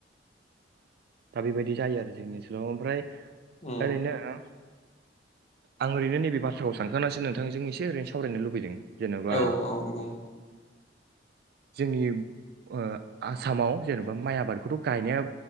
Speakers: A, on the right; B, on the left.
A: दा बेबायदि जायो आरो जोंनि ओनसोलाव ओमफ्राय
B: उम
A: ओरैनो ओ आं ओरैनो नैबे बाथ्राखौ सानखांनासो नोंथांजों एसे ओरैनो सावरायनो लुबैदों जेन'बा
B: औ औ बुं
A: जोंनि ओ आसामाव जेनेबा माइ आबादखौथ गायनाया